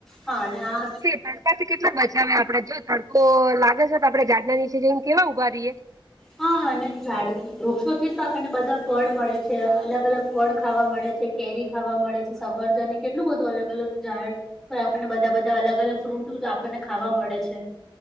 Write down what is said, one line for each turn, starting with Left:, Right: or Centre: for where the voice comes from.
Centre: હા અને આ
Right: તડકા થી કેટલા બચાવ આપડે જો તડકો લાગે છે તો આપડે જાાડના નીચે જેમ કેવા ઉઊભા રએ
Centre: હા અને જાડ વૃક્ષો થી તો આપણને બધા ફળ મળે છે અલગ અલગ ફળ ખાવા મળે છે, કેરી ખાવા મળે છે, સફરજને કેટલું બધું અલગ અલગ ઝાડ પણ આપણને બધા બધા અલગ અલગ ફ્રૂટ તો આપણને ખાવા મળે છે.